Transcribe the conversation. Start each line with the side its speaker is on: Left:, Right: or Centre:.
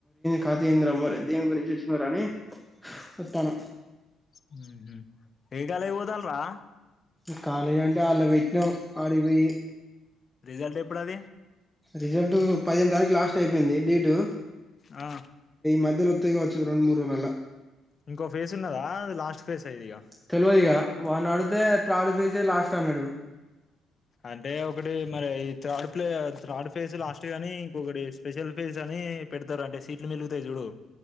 Centre: కథేందిర మరి దేని గురించి వచ్చినవురా అని ఒత్తాన
Left: ఉహు ఏ కాలేజ్ పోతాళ్లు రా
Centre: ఇగ కాలేజంటే అళ్ళ పెట్నం ఆడికిపోయి
Left: రిజల్ట్ ఎప్పుడు అది
Centre: రిజల్ట్ పదిహేను తారీఖు లాస్ట్ అయిపోయింది డేటు
Left: ఆ
Centre: మధ్యల ఒత్తది కావచ్చు ఈ రెండు మూడు రోజులల్ల
Left: ఇంకో ఫేస్ ఉన్నదా అది లాస్ట్ ఫేజ్ ఇది ఇగ
Centre: తెల్వదిగా వాన్ని అడిగితే థర్డ్ ఫేసే లాస్ట్ అన్నడు
Left: అంటే ఒకటి మరి ఈ third play third phase last గాని ఇంకొకటి స్పెషల్ ఫేజ్ అని పెడతరు అంట సీట్లు మిలుగుతయి చూడు